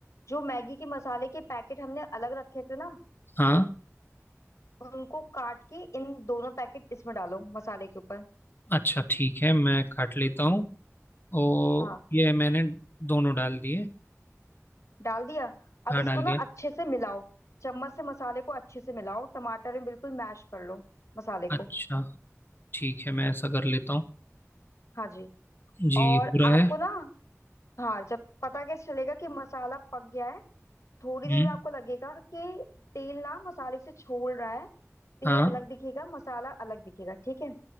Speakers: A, on the left; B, on the left.
A: जो मैगी के मसाले के पैकेट हमने अलग रखे थे ना
B: हाँ
A: उनको काट के इन दोनों पैकेट इसमें डालो मसाले के ऊपर
B: अच्छा ठीक है मैं काट लेता हूँ और
A: हाँ
B: ये मैंने दोनों डाल दिए
A: डाल दिया अब
B: हाँ
A: इसको
B: डाल
A: ना
B: दिया
A: अच्छे से मिलाओ चम्मच से मसाले को अच्छे से मिलाओ टमाटर में बिल्कुल मैश कर लो मसाले
B: अच्छा
A: को
B: ठीक है मैं ऐसा कर लेता हूँ
A: हाँ जी
B: जी
A: और
B: हो रहा
A: आपको
B: है
A: ना हाँ जब पता कैसे चलेगा कि मसाला पक गया है थोड़ी देर
B: हम्म
A: में आपको लगेगा कि तेल ना मसाले से छोड़ रहा है तेल
B: हाँ
A: अलग दिखेगा मसाला अलग दिखेगा ठीक है